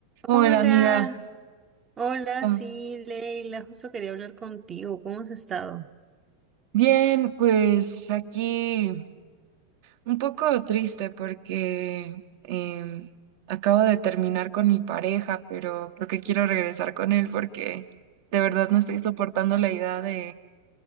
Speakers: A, on the right; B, on the right.
A: Hola
B: Hola,
A: amiga,
B: hola,
A: ¿Cómo-
B: sí, Leila, justo quería hablar contigo. ¿Cómo has estado?
A: bien, pues aquí un poco triste porque em, acabo de terminar con mi pareja, pero creo que quiero regresar con él porque de verdad no estoy soportando la idea de,